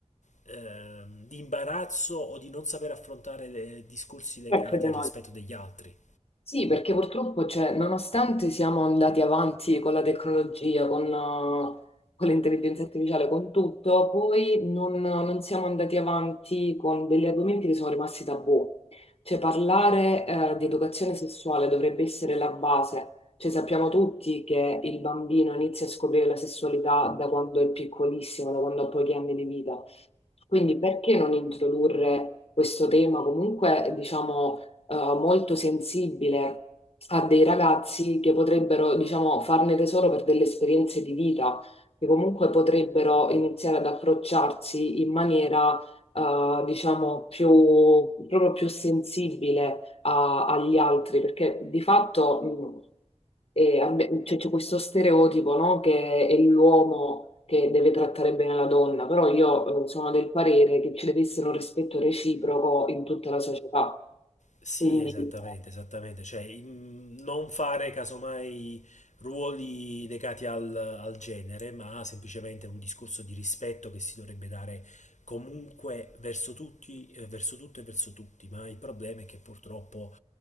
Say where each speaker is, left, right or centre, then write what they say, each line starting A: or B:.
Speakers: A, on the left; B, on the left.
A: ehm, di imbarazzo o di non saper affrontare le- discorsi legati
B: Certo.
A: al rispetto degli altri.
B: Sì, perché purtroppo, cioè, nonostante siamo andati avanti con la tecnologia, con, eh, con l'intelligenza artificiale, con tutto, poi non, non siamo andati avanti con degli argomenti che sono rimasti tabù. Cioè, parlare, eh, di educazione sessuale dovrebbe essere la base. Cioè, sappiamo tutti che il bambino inizia a scoprire la sessualità da quando è piccolissimo, da quando ha pochi anni di vita. Quindi perché non introdurre questo tema comunque, diciamo eh, molto sensibile a dei ragazzi che potrebbero, diciamo, farne tesoro per delle esperienze di vita, che comunque potrebbero iniziare ad approcciarsi in maniera, eh, diciamo, più, proprio più sensibile a- agli altri, perché di fatto... mh, e abbi- cioè, c'è questo stereotipo, no? Che è l'uomo che deve trattare bene la donna, però io eh, sono del parere che ci deve essere un rispetto reciproco in tutta la società.
A: Sì,
B: Quindi
A: esattamente,
B: eh,
A: esattamente. Cioè, in- non fare casomai ruoli legati al, al genere, ma semplicemente un discorso di rispetto che si dovrebbe dare comunque verso tutti, eh, verso tutto e verso tutti. Ma il problema è che purtroppo